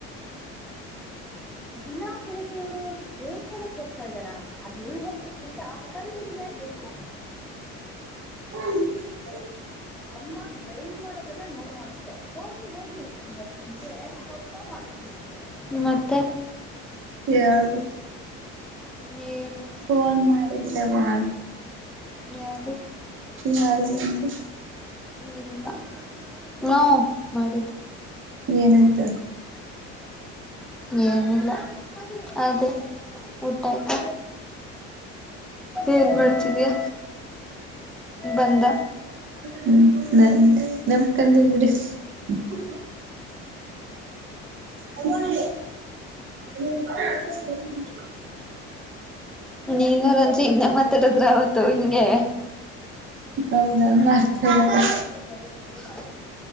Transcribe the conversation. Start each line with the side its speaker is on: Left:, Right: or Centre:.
Centre: ದಿನಾ ಬೆಳಿಗ್ಗೆ ಇವರು ದೇವಸ್ಥಾನ ಹೋಗ್ತಾ ಇದ್ದಾರ ಅದ ಎಲ್ಲಿ ಹೋಗ್ತರಂತ ಕಂಡಿಡಿಲ್ಲೆ ಬೇಕು
Right: <unintelligible>
Centre: ಅಮ್ಮ ಡ್ರೈವ್ ಮಾಡೋದನ್ನ ನೋಡುವ ಆಸೆ ಹೋಗಿ- ಹೋಗಿ <unintelligible> <unintelligible> ಮತ್ತೆ
Right: ಹೇಳ್ಬೇಕು
Centre: ಹೇಳು
Right: ಫೋನ್ ಮಾಡಿದ್ರವ್ವ
Centre: ಯಾರು
Right: ಯಾರಿಗಾನಂತೆ
Centre: ಇಲ್ಲ ಹು ಮಾಡಿದ್ವಿ
Right: ಏನಂತ
Centre: ಏನಿಲ್ಲ ಅದೇ ಊಟಾಯ್ತ ಏನ್ ಮಾಡ್ತಿದಿಯ ಬಂದ
Right: ಹ್ಮ್ ನಾನ್ ನಮಕಂದೆ ಬಿಡಿ <unintelligible> ತಗೋರಿ <unintelligible> <unintelligible>
Centre: ನೀನೂ ರಂಜಿ ಇನದ್ನೇ ಮಾತಾಡಿದ್ರ ಅವತ್ತು ಹಿಂಗೆ?
Right: ಹೌದಾ ಮರ್ತ ಇದೆದ
Centre: <unintelligible> <unintelligible>